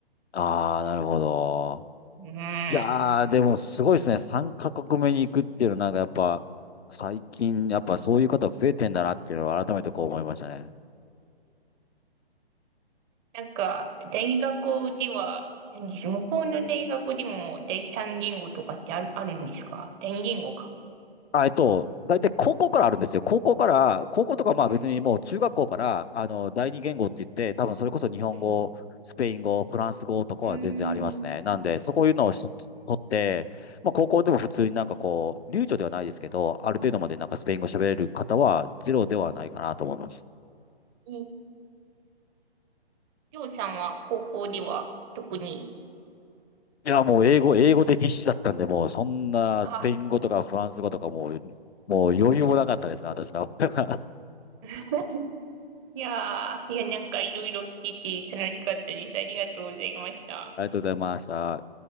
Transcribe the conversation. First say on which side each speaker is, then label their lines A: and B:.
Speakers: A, on the left; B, on the right.
A: ああ、なるほど。
B: うん。
A: いやー、でもすごいですね。3カ国目に行くっていうのは、なんかやっぱ、最近、やっぱそういう方増えてんだなっていうのは改めてこう思いましたね。
B: なんか、大学では、何です、向こうの大学でも第三言語とかってある、あるんですか第二言語か。
A: あ、えっと、大体高校からあるんですよ。高校から、高校とかまあ別にもう中学校から、
B: うん。
A: あの、第二言語って言って、多分それこそ日本語、
B: はい。
A: スペイン語、フランス語とかは全然ありますね。
B: うーん。
A: なんで、そこいうのをしと取って、まあ高校でも普通になんかこう、流暢ではないですけど、ある程度までなんかスペイン語喋れる方はゼロではないかなと思います。
B: え、りょうさんは高校では特に、
A: いや、もう英語、英語で必死だったんで、もうそんなスペイン語とかフランス語とかもう、
B: あ、
A: もう余裕もなかったですね、私の。<laughs>
B: <laughs> いやー、いや、なんかいろいろ聞いて楽しかったです。ありがとうございました。
A: ありがとうございました。